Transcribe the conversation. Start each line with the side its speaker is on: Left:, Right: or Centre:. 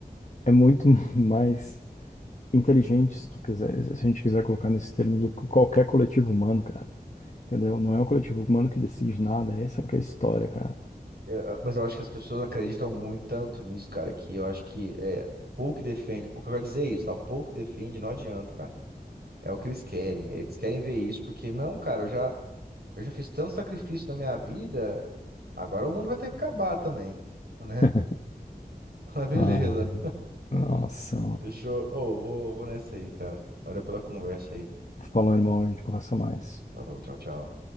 Left: é muito <laughs> mais inteligente, se tu quiser, se a gente quiser colocar nesse termo, do que qualquer coletivo humano, cara. Entendeu? Não é o coletivo humano que decide nada, essa que é a história, cara.
Right: Ah, Mas eu acho que as pessoas acreditam muito tanto nisso, cara, que eu acho que é, pouco que defende. O que eu quero dizer é isso, tá? O pouco que defende não adianta, cara. É o que eles querem. Eles querem ver isso, porque não, cara, eu já, eu já fiz tanto sacrifício na minha vida, agora o mundo vai ter que acabar também, né?
Left: <laughs>
Right: <laughs> Mas beleza.
Left: Ah, nossa,
Right: Fechou. Ô, vou, vou nessa aí, cara. Valeu pela conversa aí.
Left: Falou, irmão, a gente conversa mais.
Right: Falou, tchau, tchau.